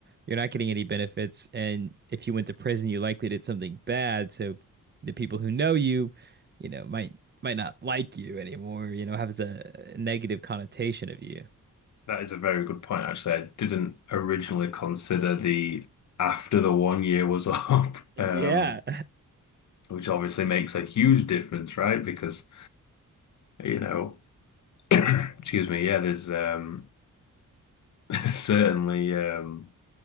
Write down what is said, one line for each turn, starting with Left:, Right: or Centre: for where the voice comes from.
Right: You're not getting any benefits. And if you went to prison, you likely did something bad. So the people who know you, you know, might might not like you anymore. You know, has a negative connotation of you.
Left: that is a very good point. Actually, I didn't originally consider the after the one year was <laughs> up, um,
Right: Yeah.
Left: which obviously makes a huge difference, right? Because you know. <coughs> <clears throat> Excuse me. Yeah, there's um, <laughs> certainly um,